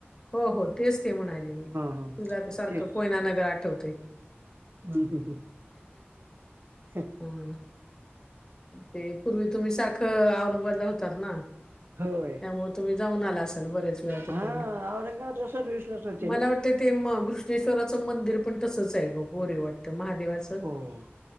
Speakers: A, on the left; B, on the right.
A: हो हो तेच ते म्हणाले मी तुला
B: हा
A: ते सारखं
B: तेच
A: कोयना नगर आठवतय
B: हम्म ह्
A: हा ते पूर्वी तुम्ही सारखं औरंगाबादला होतात ना
B: होय
A: त्यामुळ तुम्ही जाऊन आला असाल बरेच वेळा तिकडन
B: हा औरंगाबादला सर्विसलाच होते
A: मला
B: ना
A: वाट ते ते घृष्णेश्वराच मंदिर पण तसच आहे ग गोरे वाट महादेवाच
B: हो